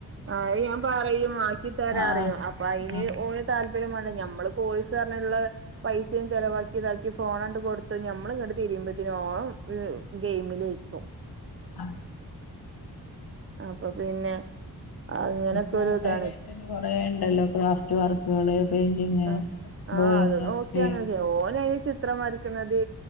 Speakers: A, on the right; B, on the left.
A: ആഹ് അത്‌ ഞാൻ പറയും ആക്കി തരാ
B: ആഹ്
A: അറിയും അപ്പൊ അയിന്
B: ആഹ്
A: ഓൻ താല്പര്യം മാണ്ടേ ഞമ്മള് കോഴ്സ് പറഞ്ഞ് ള്ള പൈസയും ചെലവാക്കി ഇതാക്കി ഫോണ് അണ്ട് കൊടുത്ത് ഞമ്മൾ ഇങ്ങോട്ട് തിരിയുമ്പോത്തിന് ഓൻ ഗെയിമിലേൽക്കും.
B: ആഹ്
A: അപ്പൊ പിന്നെ അങ്ങനൊക്കെ
B: ഇപ്പൊ
A: ഒരു
B: ഓൺലൈൻ
A: ഇതാണ്
B: ആയിട്ട് തന്നെ കൊറെ ഉണ്ടല്ലോ ക്രാഫ്റ്റ് വർക്കുകള് പെയിന്റിങ്
A: ആ
B: ഡ്രോയിങ്
A: ആഹ് അത് നോക്കി
B: ഒക്കെ
A: അങ്ങനെ ചെയ്യ ഓൻ അയ്ൻ ചിത്രം വരക്കുന്നത്